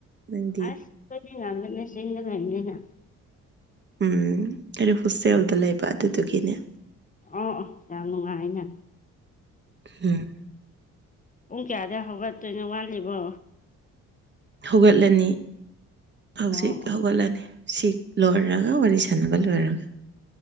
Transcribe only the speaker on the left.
ꯑꯁ ꯑꯩꯈꯣꯏꯗꯤ ꯉꯝꯕꯅꯦ ꯆꯤꯡꯗ ꯂꯩꯅꯤꯅ꯫
ꯑꯣ ꯌꯥꯝ ꯅꯨꯡꯉꯥꯏꯅ
ꯄꯨꯡ ꯀꯌꯥꯗꯩ ꯍꯧꯒꯠꯇꯣꯏꯅꯣ ꯋꯥꯠꯂꯤꯕꯣ
ꯑꯣ ꯑꯣ